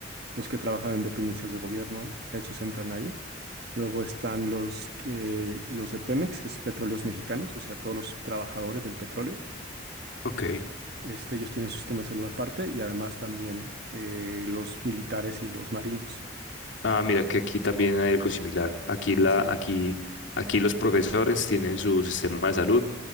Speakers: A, on the right; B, on the left.
A: los que trabajan en dependencias de gobierno, esos entran ahí. Luego están los, que- los de Pemex, que es Petróleos Mexicanos, o sea, todos los trabajadores del petróleo.
B: Ok.
A: Este, ellos tienen su sistema de salud aparte y además también eh, los militares y los marinos.
B: Ah, mira que aquí también hay algo similar. Aquí la,
A: Sí,
B: aquí, aquí los profesores tienen su sistema de salud,